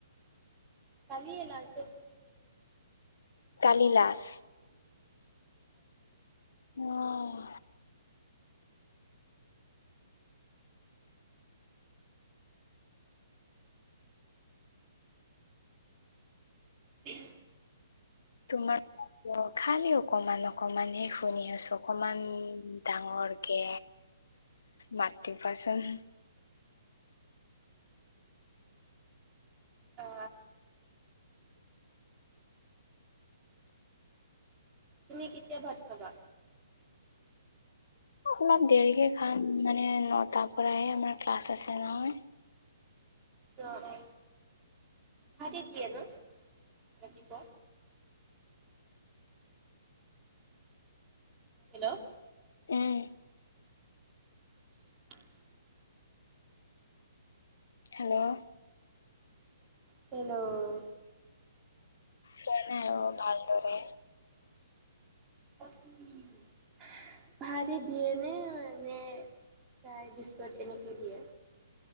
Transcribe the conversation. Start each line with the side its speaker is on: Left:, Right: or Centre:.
Right: কালিয়ে লাষ্ট ডেট বুলু।
Left: কাল লাষ্ট।
Right: নাপাওঁ
Left: অঁহ।
Right: উম।
Left: তোমাৰ অহ', - খালি অকণমান-অকণমান হে শুনি আছো অকণমান ডাঙৰকে। মা <unintelligible> কচম
Right: অ তুমি কেতিয়া ভাত খাবা
Left: অলপ দেৰিকে খাম মানে নটাৰ পৰাহে আমাৰ ক্লাছ আছে নহয়
Right: অ অ ভাতে দিয়ে ন ৰাতি পুৱা হেল্ল'
Left: উম
Right: <inaudible>
Left: হেল্ল'
Right: হেল্ল'
Left: মানে অ ভালদৰে
Right: <unintelligible> ভাতে দিয়ে নে নে চাহ বিস্কুট এনেকে দিয়ে